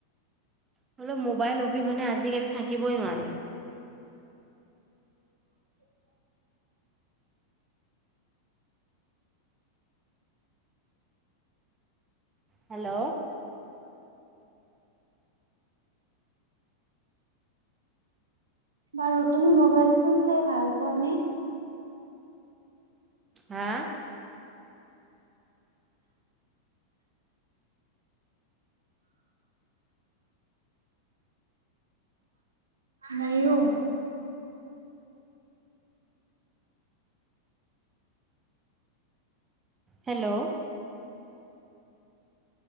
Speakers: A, on the right; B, on the right.
A: হলে মোবাইল অবিহনে আজিকালি থাকিবই নোৱাৰি
B: <inaudible>
A: হেল্ল'
B: বাৰু তুমি মোবাইল ফোন চাই ভাল পোৱা নে
A: হা
B: ময়ুৰ
A: হেল্ল'